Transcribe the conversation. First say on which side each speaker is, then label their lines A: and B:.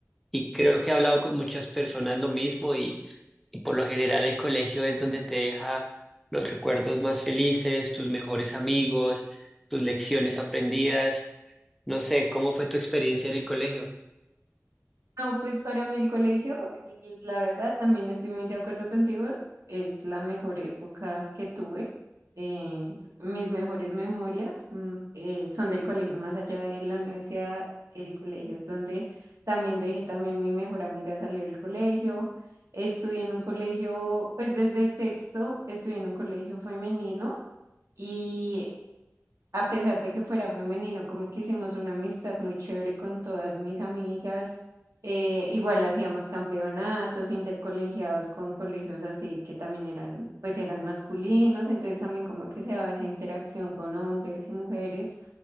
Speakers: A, in the centre; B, on the right.
A: y creo que he hablado con muchas personas lo mismo y, y por lo general el colegio es donde te deja los recuerdos más felices, tus mejores amigos, tus lecciones aprendidas. No sé, ¿cómo fue tu experiencia en el colegio?
B: No, pues para mí el colegio, y la verdad, también estoy muy de acuerdo contigo, es la mejor época que tuve. Eh, s- mis mejores memorias mm, eh, son del colegio, más allá de la universidad, el colegio es donde también dejé también mi mejor amiga salió del colegio. Estudié en un colegio, pues desde sexto, estudié en un colegio femenino. Y a pesar de que fuera femenino, como que hicimos una amistad muy chévere con todas mis amigas. eh, igual hacíamos campeonatos intercolegiados con colegios así que también eran, pues eran masculinos, entonces también como que se daba esa interacción con hombres y mujeres